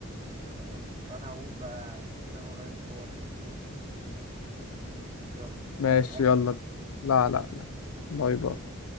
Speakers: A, on the right; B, on the left.
A: خلاص انا هقوم بقى عشان ورايا مشوار كده يلا
B: ماشي
A: عايز حاجة
B: يلا بينا. لا لا لا باي
A: سلام
B: باي